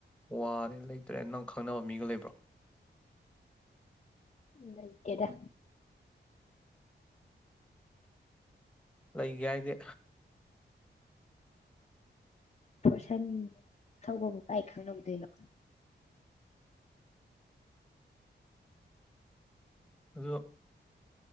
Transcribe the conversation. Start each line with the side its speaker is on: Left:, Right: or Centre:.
Centre: ꯋꯥꯔꯦ ꯂꯩꯇ꯭ꯔꯦ ꯅꯪ ꯈꯪꯅꯕ ꯃꯤꯒ ꯂꯩꯕ꯭ꯔꯣ
Left: ꯂ ꯀꯦꯗ
Centre: ꯂꯩꯒꯦ ꯍꯥꯏꯗꯤ
Left: ꯄꯣꯔꯁꯟ ꯊꯧꯕꯕꯨ ꯀꯥꯏ ꯈꯪꯍꯧꯗꯣꯏꯅꯣ
Centre: ꯑꯗ